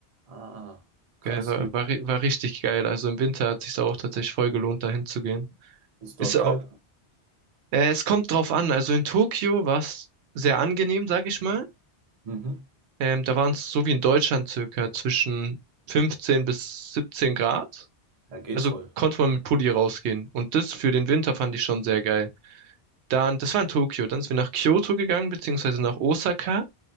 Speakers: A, on the right; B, on the right.
A: Ah, krass,
B: Geil, war,
A: wie
B: war, ri- war richtig geil. Also im Winter hat sich's auch tatsächlich voll gelohnt, dahin zu gehen.
A: ist
B: Ist
A: dort
B: auch,
A: kalt?
B: äh, es kommt drauf an. Also in Tokio war's sehr angenehm, sag ich mal.
A: Mhm.
B: Ähm, da waren es so wie in Deutschland circa zwischen 15 bis 17 Grad.
A: Ja, geht
B: Also
A: voll.
B: konnte man mit Pulli rausgehen. Und das für den Winter fand ich schon sehr geil. Dann, das war in Tokio. Dann sind wir nach Kyoto gegangen, beziehungsweise nach Osaka.